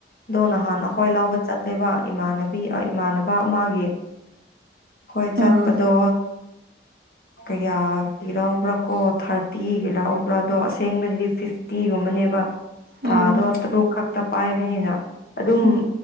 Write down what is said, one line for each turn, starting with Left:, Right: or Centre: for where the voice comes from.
Left: ꯑꯗꯣ ꯅꯍꯥꯟ ꯑꯩꯈ꯭ꯋꯥ ꯂꯥꯎꯕ ꯆꯠꯂꯦꯕ ꯏꯃꯥꯟꯅꯕꯤ ꯏꯃꯥꯟꯅꯕ ꯃꯥꯒꯤ ꯍꯣꯏ ꯆꯠꯄꯗꯣ
Right: ꯑꯥ
Left: ꯀꯌꯥꯒꯤ ꯂꯕ꯭ꯔꯥ ꯀꯣ ꯊꯥꯔꯇꯤꯒꯤ ꯂꯎꯕ꯭ꯔꯥ ꯑꯗꯣ ꯑꯁꯦꯡꯕꯗꯨꯗꯤ ꯐꯤꯐꯇꯤꯒꯨꯝꯕꯅꯦꯕ ꯊꯥꯗꯣ
Right: ꯎꯝ
Left: ꯇꯔꯨꯛ ꯈꯛꯇ ꯄꯥꯏꯕꯅꯤꯅ ꯑꯗꯨꯝ
Right: ꯎꯝ